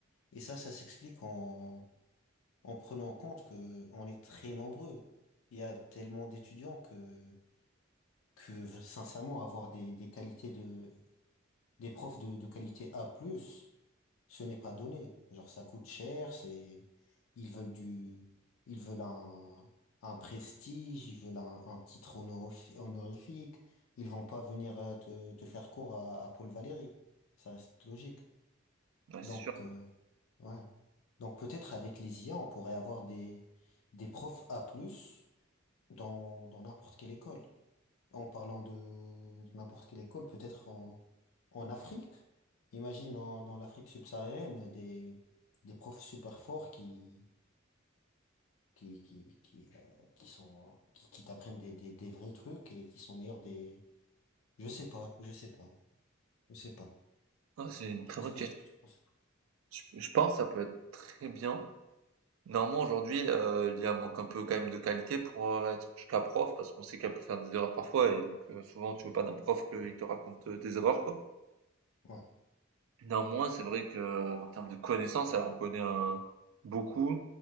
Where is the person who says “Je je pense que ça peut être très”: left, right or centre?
Right